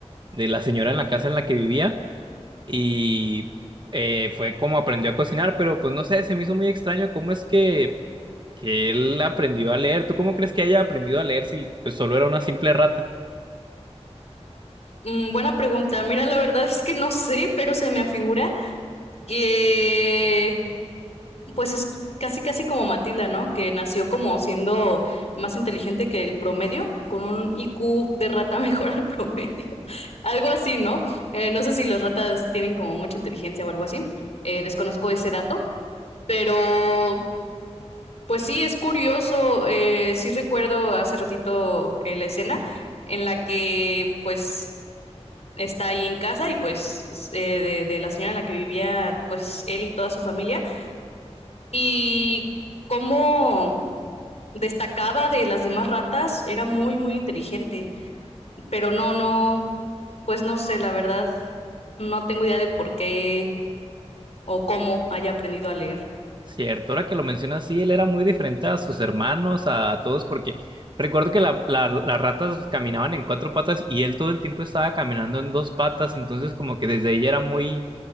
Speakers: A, on the right; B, on the left.
A: de la señora en la casa en la que vivía y eh, fue como aprendió a cocinar, pero pues no sé, se me hizo muy extraño cómo es que, que él aprendió a leer. ¿Tú cómo crees que haya aprendido a leer si pues, solo era una simple rata?
B: Mm, buena pregunta. Mira, la verdad es que no sé, pero se me afigura que Pues es casi, casi como Matilda, ¿no? Que nació como siendo más inteligente que el promedio, con un IQ de rata <laughs> mejor al promedio. Algo así, ¿no? Eh, no sé si las ratas tienen como mucha inteligencia o algo así. eh, desconozco ese dato, pero pues sí, es curioso. eh, sí recuerdo hace ratito eh, la escena en la que pues está ahí en casa y pues s- eh, de de la señora en la que vivía pues él y toda su familia. Y cómo destacaba de las demás ratas, era muy, muy inteligente, pero no, no, pues no sé, la verdad, no tengo idea de por qué o cómo haya aprendido a leer.
A: Cierto, ahora que lo mencionas, sí, él era muy diferente a sus hermanos, a, a todos, porque recuerdo que la- la- las ratas caminaban en cuatro patas y él todo el tiempo estaba caminando en dos patas, entonces como que desde ella era muy